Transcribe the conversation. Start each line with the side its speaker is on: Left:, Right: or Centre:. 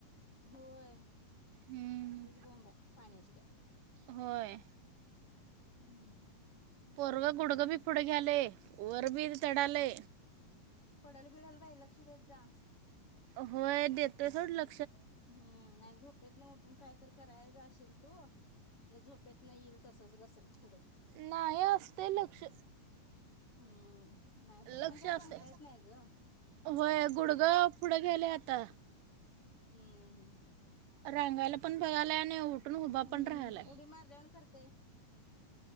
Left: होय तच
Right: हम्म.
Left: बोंब आहे पाण्याशऱ्या
Right: होय
Left: हम्म हम्म.
Right: पोरव गुडगं बी पुढे घ्यालेय वर बी चडाले.
Left: पडल बिडल बाई लक्ष देत जा.
Right: होय देेते ला.
Left: हम्म नाही झोपेत ना उठून काय. करायला जाशिल तू हे झोपेतणं येईल तसच घसरत पुढं.
Right: नाही असते लक्ष.
Left: हम्म. नाही तरी
Right: लक्ष
Left: पण काय सांगता
Right: असे
Left: येत नाही ग
Right: होय गुडगाव पुढे गेले आता.
Left: हम्म हम्म.
Right: रांगायला. पण बघालाय आणि उठून उभा
Left: हम्म
Right: पण राहिलाय.
Left: उडी मारल्यावाणी करतय